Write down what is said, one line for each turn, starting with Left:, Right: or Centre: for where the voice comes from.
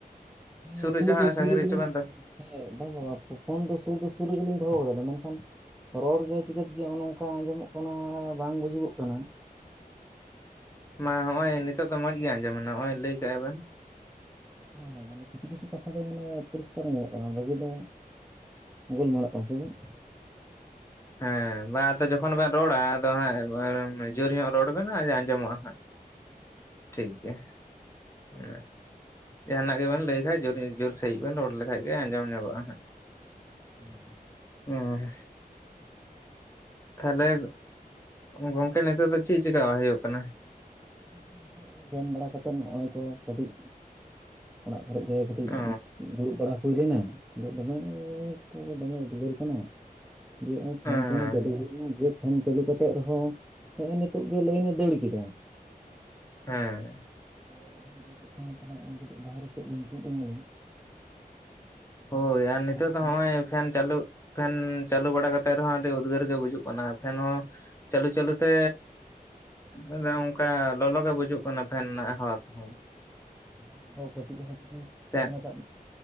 Centre: ᱦᱮᱸ
Left: ᱥᱩᱨ ᱨᱮᱪᱚ
Centre: ᱫᱚ
Left: ᱦᱟᱸᱜ
Centre: ᱥᱩᱨ
Left: ᱥᱟᱺᱜᱤᱧ
Centre: ᱨᱮᱜᱮᱞᱤᱧ
Left: ᱨᱮᱪᱚ ᱵᱮᱱ ᱫᱚᱦᱚ
Centre: ᱦᱮᱸ ᱵᱟᱝ ᱵᱟᱝ ᱵᱟᱝ ᱯᱷᱳᱱ ᱫᱚ ᱥᱩᱨ ᱫᱚ ᱥᱩᱨ ᱨᱮᱜᱮ ᱞᱤᱧ ᱫᱚᱦᱚ ᱠᱟᱫᱟᱞᱤᱧ ᱢᱮᱱᱠᱷᱟᱱ ᱨᱚᱲ ᱜᱮ ᱪᱤᱠᱟᱹᱛᱮ ᱡᱮ ᱦᱚᱸᱜᱼᱚ ᱱᱚᱝᱠᱟ ᱟᱸᱡᱚᱢᱚᱜ ᱠᱟᱱᱟ ᱵᱟᱝ ᱵᱩᱡᱩᱜᱚᱜ ᱠᱟᱱᱟ᱾
Left: ᱢᱟ ᱦᱚᱸᱜᱼᱚᱭ ᱱᱤᱛᱚᱜ ᱫᱚ ᱢᱚᱸᱡᱽ ᱜᱮ ᱟᱸᱡᱚᱢᱮᱱᱟ ᱦᱚᱸᱜ-ᱚᱭ ᱞᱟᱹᱭ ᱠᱮᱜᱼᱟ ᱵᱮᱱ᱾
Centre: ᱦᱮᱸ ᱦᱮᱸ ᱢᱟᱱᱮ ᱠᱤᱪᱷᱩ ᱠᱤᱪᱩ ᱠᱟᱛᱷᱟ ᱫᱚ ᱢᱟᱱᱮ ᱯᱚᱨᱤᱥᱠᱟᱨ ᱟᱸᱡᱚᱢᱚᱜ ᱠᱟᱱᱟ, ᱵᱟᱠᱤ ᱫᱚ ᱜᱳᱞᱢᱟᱞᱚᱜ ᱠᱟᱱᱟ ᱥᱮ ᱪᱮᱫ?
Left: ᱦᱮᱸ, ᱵᱟᱝ ᱟᱫᱚ ᱡᱚᱠᱷᱚᱱ ᱵᱮᱱ ᱨᱚᱲᱟ ᱟᱫᱚ ᱦᱟᱸᱜ ᱮᱸ ᱡᱳᱨ ᱧᱚᱜ ᱨᱚᱲ ᱵᱮᱱ ᱟᱸᱡᱚ ᱟᱸᱡᱚᱢᱚᱜᱼᱟ ᱦᱟᱸᱜ᱾
Centre: <inaudible>
Left: ᱴᱷᱤᱠ ᱜᱮᱭᱟ, ᱢᱟᱱᱮ ᱡᱟᱦᱟᱱᱟᱜ ᱜᱮᱵᱮᱱ ᱞᱟᱹᱭ ᱠᱷᱟᱡ ᱡᱳᱨ ᱧᱚᱜ, ᱡᱳᱨ ᱥᱟᱺᱦᱤᱡ ᱵᱮᱱ ᱨᱚᱲ ᱞᱮᱠᱷᱟᱡ ᱜᱮ ᱟᱸᱡᱚᱢ ᱧᱚᱜᱚᱜᱼᱟ ᱦᱟᱸᱜ᱾
Centre: ᱦᱮᱸ ᱦᱮᱸ᱾
Left: ᱚᱸ᱾ ᱛᱟᱦᱞᱮ ᱜᱚᱝᱠᱮ ᱱᱤᱛᱳᱜ ᱫᱚ ᱪᱮᱫ ᱪᱮᱠᱟ ᱦᱩᱭᱩᱜ ᱠᱟᱱᱟ?
Centre: ᱜᱚᱝᱠᱮ ᱱᱤᱛᱚᱜ ᱦᱚᱸᱜ-ᱚᱭ ᱡᱚᱢ ᱵᱟᱲᱟ ᱠᱟᱛᱮᱫ ᱱᱚᱜᱼᱚᱭ ᱛᱚ ᱠᱟᱹᱴᱤᱡ ᱚᱲᱟᱜ ᱠᱚᱨᱮᱜ ᱜᱮ ᱠᱟᱹᱴᱤᱡ
Left: ᱚ
Centre: ᱫᱩᱲᱩᱵ ᱵᱟᱲᱟ ᱦᱩᱭ ᱞᱮᱱᱟ᱾ ᱫᱤᱭᱮ ᱫᱚᱢᱮ ᱛᱚ ᱫᱚᱢᱮ ᱩᱫᱽᱜᱟᱹᱨ ᱠᱟᱱᱟ, ᱫᱤᱭᱮ ᱦᱚᱸᱜᱼᱚᱭ ᱯᱷᱮᱱ
Left: ᱦᱮᱸ
Centre: ᱴᱮᱱ ᱪᱟᱹᱞᱩ ᱦᱩᱭ ᱞᱮᱱᱟ ᱫᱤᱭᱮ ᱯᱷᱮᱱ ᱪᱟᱹᱞᱩ ᱠᱟᱛᱮᱜ ᱨᱮᱦᱚᱸ, ᱦᱮᱸᱜᱼ ᱮ ᱱᱤᱛᱚᱜ ᱜᱮ ᱞᱟᱹᱭᱤᱱᱮ ᱫᱟᱹᱲ ᱠᱮᱫᱟ᱾
Left: ᱦᱮᱸ᱾
Centre: <inaudible> ᱫᱟᱹᱲ ᱠᱮᱫ ᱠᱷᱟᱱ ᱫᱚ ᱛᱟᱦᱞᱮ ᱦᱚᱸᱜ-ᱚᱭ ᱠᱟᱹᱴᱤᱡ ᱵᱟᱦᱨᱮ ᱥᱮᱫ ᱞᱤᱧ ᱛᱩᱫ ᱮᱱᱟᱞᱤᱧ᱾ ᱚᱱᱟ
Left: ᱦᱳᱭ ᱟᱨ
Centre: ᱚᱠᱛᱚᱨ
Left: ᱱᱤᱛᱚᱜ ᱫᱚ
Centre: ᱜᱮ
Left: ᱦᱚᱸᱜ-ᱚᱭ ᱯᱷᱮᱱ ᱪᱟᱞᱩ ᱯᱷᱮᱱ ᱪᱟᱹᱞᱩ ᱵᱟᱲᱟ ᱠᱟᱛᱮᱫ ᱨᱮᱦᱚᱸ ᱟᱹᱰᱤ ᱩᱫᱽᱜᱟᱹᱨ ᱜᱮ ᱵᱩᱡᱩᱜ ᱠᱟᱱᱟ ᱯᱷᱮᱱ ᱦᱚᱸ ᱪᱟᱹᱞᱩ ᱪᱟᱹᱞᱩ ᱛᱮ ᱮᱸ ᱟᱫᱚ ᱚᱱᱠᱟ ᱞᱚᱞᱚ ᱜᱮ ᱵᱩᱡᱩᱜ ᱠᱟᱱᱟ ᱯᱷᱮᱱ ᱨᱮᱱᱟᱜ ᱦᱟᱣᱟ ᱠᱚᱦᱚᱸ᱾
Centre: ᱦᱮᱸ ᱦᱮᱸ ᱟᱫᱚ ᱠᱟᱹᱴᱤᱡ ᱦᱚᱸ ᱡᱩᱫᱤ
Left: ᱦᱮᱸ
Centre: ᱢᱚᱱᱮ ᱠᱟᱜ ᱢᱮ